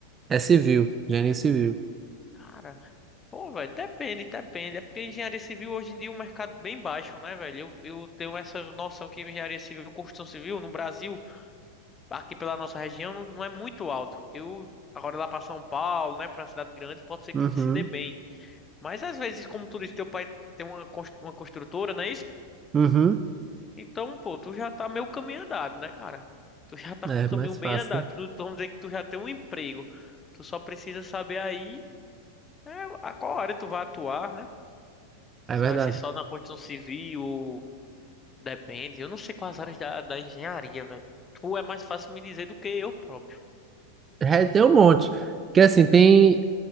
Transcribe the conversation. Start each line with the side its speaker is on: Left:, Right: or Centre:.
Right: É civil, engenharia civil.
Left: Cara, pô, velho, depende, depende. É porque engenharia civil hoje em dia é um mercado é bem baixo, né, velho? Eu, eu tenho essa noção que engenharia civil, construção civil no Brasil, aqui pela nossa região, não, não é muito alto. Eu, agora lá pra São Paulo, né, pra cidade grande, pode ser que
Right: Uhum,
Left: se dê bem. Mas às vezes, como tu disse, teu pai tem uma, cons- uma construtora, não é isso?
Right: uhum.
Left: Então, pô, tu já tá meio caminho andado, né, cara? Tu já tá
Right: É
Left: com o caminho
Right: mais
Left: bem
Right: fácil,
Left: andado.
Right: né?
Left: Tu, tu- vamos dizer que tu já tem um emprego. Tu só precisa saber aí, né, a qual área tu vai atuar, né? Se
Right: É verdade.
Left: vai ser só na construção civil, ou- depende. Eu não sei quais áreas da, da engenharia, velho. Tu é mais fácil me dizer do que eu próprio.
Right: É, tem um monte. Porque assim, tem